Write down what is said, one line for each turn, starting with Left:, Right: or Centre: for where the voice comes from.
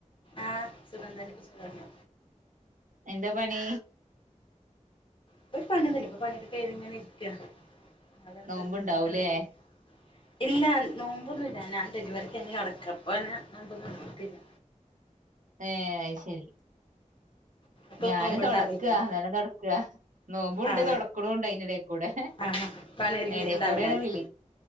Left: ആ സുഖംതന്നേ സുഖല്ലേ
Right: എന്താ പണി
Left: ഇപ്പൊ പണിയൊന്നുയില്ല ഇപ്പൊ പണിയൊക്കെ കഴിഞ്ഞ് ഇങ്ങനെ ഇര്ക്കാ അതെന്താ
Right: നോമ്പുണ്ടാവൂലേ
Left: നിനക്കെന്താ പണി ഇല്ല നോമ്പൊന്നുല്ല ഞാൻ ഡെലിവറിക്കിനി കടക്കാ അപ്പോ പിന്നെ നോമ്പൊന്നും ഇട്ത്തിയില്ല
Right: ഏഹ് അത് ശരി
Left: ഇങ്ങക്ക്
Right: ഞാന്
Left: നോമ്പ്ണ്ടാവുല്ലേ
Right: തുടക്കാ നിലം തുടക്കാ നോമ്പുണ്ട്
Left: ആ
Right: തൊടക്ക്ണുണ്ട് അതിൻ്റിടെകൂടെ
Left: ആ പണി ഒരുങ്ങിട്ടുണ്ടാവൂല
Right: ഇടക്കൂടെയാണ്
Left: ല്ലേ
Right: വിളി